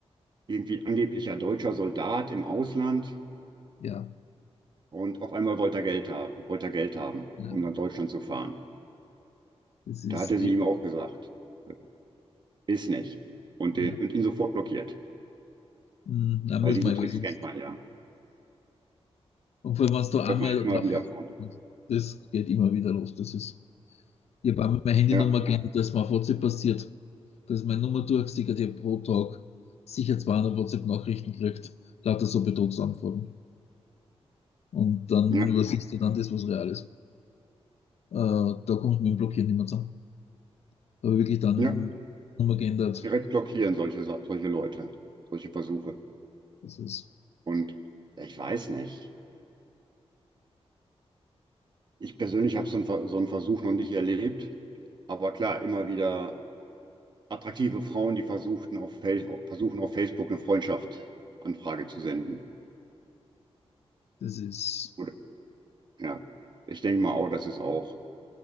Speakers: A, on the right; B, on the left.
A: Irgendwie angeblicher deutscher Soldat im Ausland.
B: Ja,
A: Und auf einmal wollte er Geld haben, wollte er Geld haben,
B: ja
A: um nach Deutschland zu fahren.
B: das ist
A: Da hatte
B: eben,
A: sie ihm auch gesagt, äh, ist nicht. Und, den,
B: ja.
A: und ihn sofort blockiert.
B: Hm, Na, muss
A: Weil diese
B: man,
A: Tricks
B: weil sonst.
A: kennt man ja.
B: Und vor allem, wenn du einmal
A: Hört man ja immer
B: drauf,
A: wieder von.
B: und das geht immer wieder los. Das ist, ich habe einmal meine Handynummer
A: Ja,
B: geändert, dass mir auf WhatsApp passiert, dass meine Nummer durchgesickert, ich habe pro Tag sicher 200 WhatsApp-Nachrichten gekriegt, lauter so Betrugsanfragen. Und dann
A: ja,
B: übersiehst du dann das, was real ist. Äh, da kommt du mit dem Blockieren nicht mehr zusammen. Da habe ich wirklich dann
A: ja.
B: Nummer geändert,
A: direkt blockieren, solche, Sa- solche Leute, solche Versuche.
B: Das ist,
A: Und ich weiß nicht. Ich persönlich habe so einen, Ver- so einen Versuch noch nicht erlebt. Aber klar, immer wieder attraktive Frauen, die versuchten auf, Fel- versuchen auf Facebook eine Freundschaftsanfrage zu senden.
B: das ist,
A: Gut, ja. Ich denke mal auch, das ist auch.